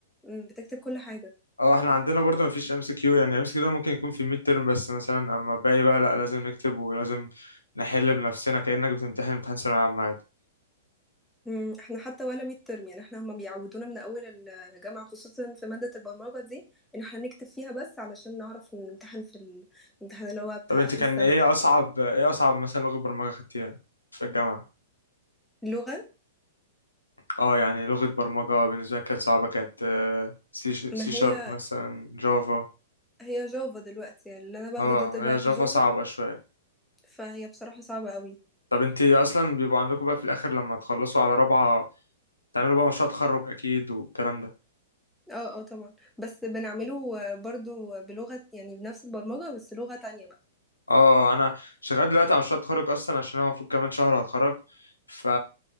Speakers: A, in the centre; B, on the left (about 80°).
A: إمم، بتكتب كل حاجة.
B: اه احنا عندنا برضه مفيش ام سي كيو يعني ام سي كيو ده ممكن يكون في الميد ترم بس مثلا اما باقي بقى لا لازم نكتب ولازم نحل بنفسنا كأنك بتمتحن امتحان ثانوية عامة عادي
A: إمم، إحنا حتى ولا midterm يعني إحنا هُم بيعودونا من أول الجامعة خصوصًا في مادة البرمجة دي، إن إحنا نكتب فيها بس علشان نعرف نمتحن في ال الامتحان اللي هو بتاع
B: طب انت
A: آخر
B: كان
A: السنة
B: ايه
A: ده.
B: اصعب ايه اصعب مثلا لغة برمجة خدتيها في الجامعة
A: اللغة
B: اه يعني لغة برمجة بالنسبة لي كانت صعبة كانت آه، سي سي
A: ما
B: شارب
A: هي
B: مثلا جافا
A: هي Java دلوقتي، يعني اللي أنا باخده
B: اه
A: ده دلوقتي
B: هي جافا
A: Java،
B: صعبة شوية
A: فهي بصراحة صعبة أوي.
B: طب انت اصلا بيبقوا عندكم بقى في الاخر لما تخلصوا على رابعة تعملوا بقى مشروع تخرج اكيد والكلام ده
A: آه، آه طبعًا، بس بنعمله برضه بلغة يعني بنفس البرمجة بس لغة تانية بقى.
B: اه انا شغال دلوقتي على مشروع التخرج اصلا عشان انا المفروض كمان شهر هتخرج ف